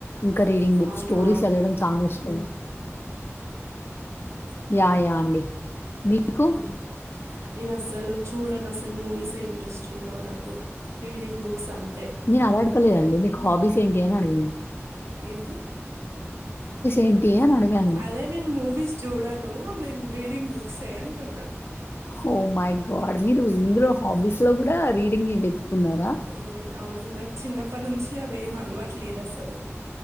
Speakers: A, on the left; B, on the right.
A: ఇంకా రీడింగ్ బుక్స్
B: అవునా
A: స్టోరీస్ చదవడం చాలా ఇష్టం
B: అ
A: యా య అండి మీకు
B: ఉ నేను అసలు చూడన్ అసలు మూవీస్ ఇంట్రెస్ట్ ఉండవు నాకు రీడింగ్ బుక్స్ అంతే
A: నేను అలా అడుకోలేదండి మీ హాబీస్ ఏంటి అడిగిన
B: ఏంటి
A: ఏంటి అని అడిగాను.
B: అదే నేను మూవీస్ చూడను నేను రీడింగ్ బుక్సే అంటున్నా
A: ఓ మై గాడ్ మీరు ఇందులో హాబీస్ లో కూడా రీడింగ్ వెత్తుకున్నారా
B: మ్, అవును నాకు చిన్నప్పటి నుంచి అవి ఏం అలవాటు లేదు అసలు